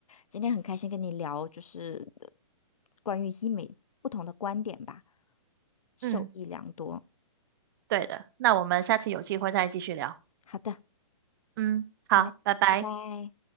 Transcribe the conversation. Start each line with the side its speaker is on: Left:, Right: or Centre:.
Left: 今天很开心跟你聊，就是呃关于医美不同的观点吧，受益良多。
Right: 嗯，对的。那我们下次有机会再继续聊。
Left: 好的，
Right: 嗯，好，
Left: 好嘞，
Right: 拜拜。
Left: 拜拜。